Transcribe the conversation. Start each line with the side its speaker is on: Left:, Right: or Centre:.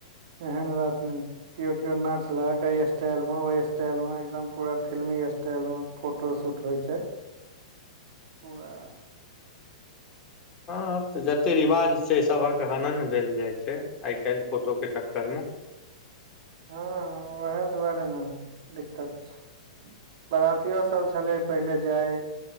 Right: एहन बात नहि छै केओ केओ नचलक एहि स्टाइलमे ओहि स्टाइलमे एकदम पूरा फिल्मी स्टाइलमे फोटो शूट होइ छै
Left: <inaudible>
Right: पूरा
Left: हँ तऽ जते रिवाज छै सबहक हनन भेल जाय छै आइ काल्हि फोटो के चक्कर मे
Right: हँ उएह दुआरे ने दिक्कत छै बरातियो सभ छलैय पहिले जाय